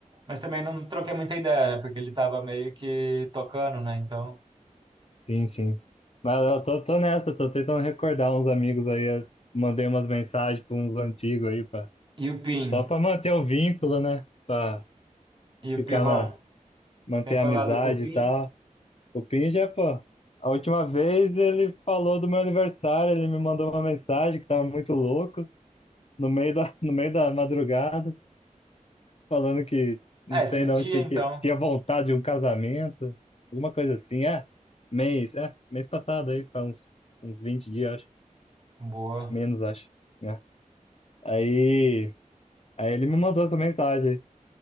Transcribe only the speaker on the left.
é. sim, sim. Mas eu tô, tô nessa, tô tentando recordar uns amigos aí. eu mandei umas mensagens pra uns antigos aí, pá.
Só pra manter o vínculo, né? Pra
ficar
na, manter
a amizade
e tal. O Pinja, pô, a última vez ele falou do meu aniversário, ele me mandou uma mensagem que tava muito louco, no meio da, <laughs> no meio da madrugada, falando que não
sei
de onde
que ele
tinha, tinha vontade de um casamento, alguma coisa assim, é, mês, é, mês passado aí, faz uns, uns 20 dias, acho,
menos, acho, né? Aí, aí ele me mandou essa mensagem,